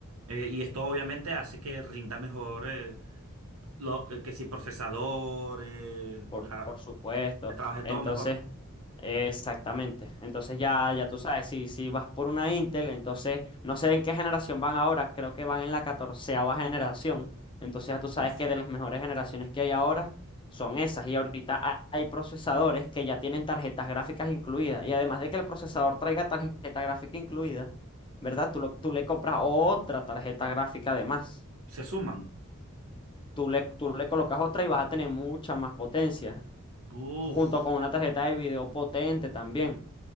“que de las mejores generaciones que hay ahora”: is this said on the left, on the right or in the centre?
Left